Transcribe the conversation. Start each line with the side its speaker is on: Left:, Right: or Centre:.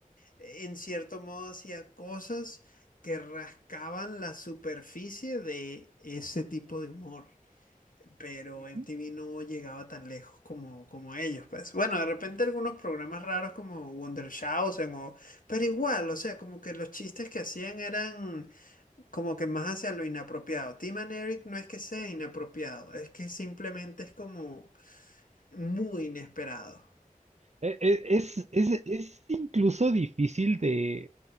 Left: eh, en cierto modo hacía cosas que rascaban la superficie de ese tipo de humor, pero
Right: Ujú.
Left: MTV no llegaba tan lejos como, como ellos, pues. Bueno, de repente algunos programas raros como Wondershowsen o... Pero igual, o sea, como que los chistes que hacían eran como que más hacia lo inapropiado. Tim and Eric no es que sea inapropiado, es que simplemente es como muy inesperado.
Right: e- e- es, es, es incluso difícil de,